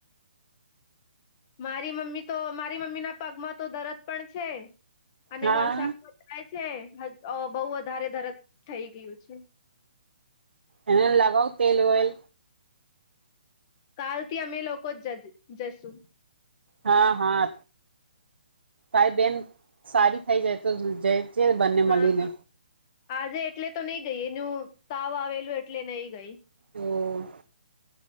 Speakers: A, on the left (about 25°); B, on the right (about 85°).
A: મારી મમ્મી તો મારી મમ્મી ના પગમાં તો દરદ પણ છે. અને
B: હા
A: વરસાદ થ છે બહુ વધારે ધરત થઇ ગયું છે.
B: એને લગાવ તેલ વેલ
A: કાલથી અમે લોકો જ જશું
B: હા હા તારી બેન સારી થઇ જાય તો જ જે બંને
A: હા
B: મળીને
A: આજે એટલે તો નહી ગઈ એનું તાવ આવેલું એટલે નહી ગઈ
B: હમ્મ